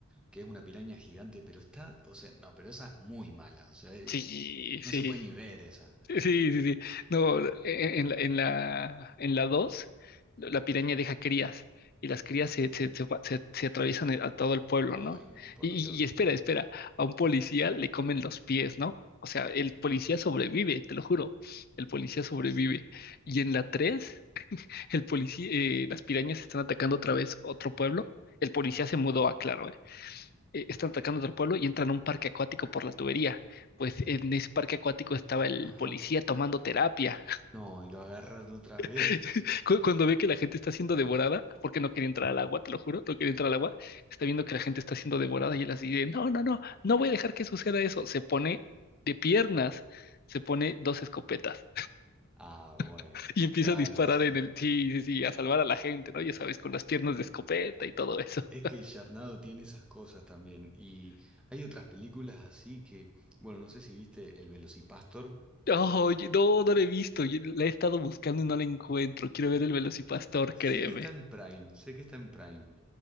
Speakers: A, in the centre; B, on the left.
A: Que es una piraña gigante, pero está, o sea, no, pero esa es muy mala, o sea, eh,
B: sí,
A: no
B: sí.
A: se puede ni ver esa.
B: Sí, sí, sí. sí. No, en, en la, en la, en la 2, la piraña deja crías y las crías se, se, se, va- se- se atraviesan eh, a todo el pueblo,
A: Ay,
B: ¿no?
A: no, por
B: Y, y-
A: Dios.
B: y espera, espera, a un policía le comen los pies, ¿no? O sea, el policía sobrevive, te lo juro, el policía sobrevive. Y en la 3, el policía, eh, las pirañas están atacando otra vez otro pueblo. El policía se mudó a Claro, ¿eh? eh, están atacando otro pueblo y entran a un parque acuático por la tubería. Pues en ese parque acuático estaba el
A: Ajá.
B: policía tomando terapia.
A: No, y lo agarraron otra
B: <laughs>
A: vez. <laughs>
B: Cu- Cuando ve que la gente está siendo devorada, porque no quería entrar al agua, te lo juro, no quería entrar al agua, está viendo que la gente está siendo devorada y él así de, no, no, no, no voy a dejar que suceda eso. Se pone de piernas, se pone dos escopetas
A: Ah, bueno,
B: <laughs> y empieza
A: claro,
B: a disparar
A: sí.
B: en el, sí, sí, sí, a salvar a la gente, ¿no? Ya sabes, con las piernas de escopeta y todo eso.
A: Es que Charnado tiene esas cosas también. Y hay otras películas así que, bueno, no sé si viste El Velocipastor.
B: Oh, yo- no, no la he visto. Yo la he estado buscando y no la encuentro. Quiero ver el Velocipastor,
A: Sé
B: créeme.
A: que está en Prime, sé que está en Prime.